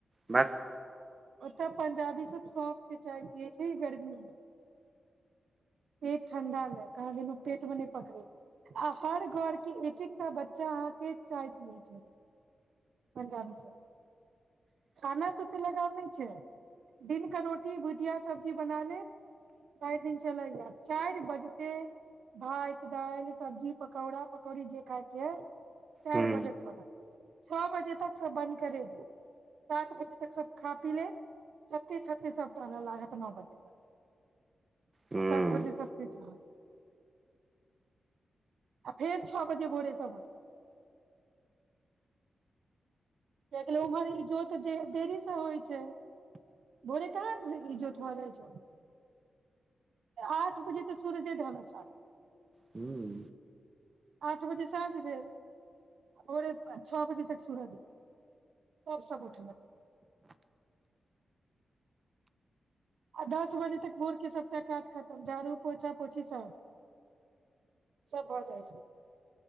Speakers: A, on the right (about 30°); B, on the right (about 80°).
A: बैक
B: ओतय पं्जाबी सभ सौफ के चाय पियै छै गर्मी मे। पेट ठण्डा लए कहलल पेट मे नहि पकड़ै छै, आ हर घर के एक एकटा बच्चा अहाँ के चाय पियै छल। पञजाबी छै। खाना सुती लगाव नहि छै दिन क रो रोटी भुजिया सब्जी बना ले चार दिन चलैय, चार बजते भात, दाल, सब्जी, पकौड़ा करी जे खायके। चार
A: हूँ
B: बजे त बना, छओ बजे तक सब बन्द करे दि। सात बजे तक सभ खा पी लेत जतेक छतेक सभ टलय लागत नओ बजे तक।
A: हूँ
B: आ दस बजे सब पिट रहन। आ फिर छओ बजे बोरे समरच क गेलै ओम्हर इजोत जे देरी सँ होइ छै, भोरे कहाँ इजोत भऽ जाइ छै। आठ बजे तऽ सूरज ढलत सात
A: ह्म्म
B: आठ बजे साँझ भेल, आ भोरे छओ बजे तक सुरति तब सब उठलथी। आ दस बजे तक भोरके सभटा काज खतम, झाड़ू, पोछा पोछी सब, सब भऽ जाइ छै,